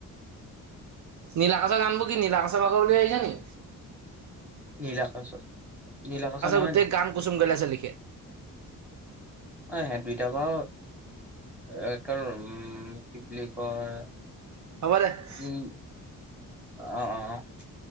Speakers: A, on the right; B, in the centre.
A: নীলা কচ গানবোৰ কি নীলা কচৰ ভাগৰ বুলি ভাবিছা নি?
B: নীল আকাশৰ নীল আকাশৰ নহয়
A: গোটেই
B: নে?
A: গান কুচুম কৈলাশে লিখে
B: অ' সেহত দুইটা বা উম কি বুলি কয়
A: হ'ব দে।
B: উম অ', অ '।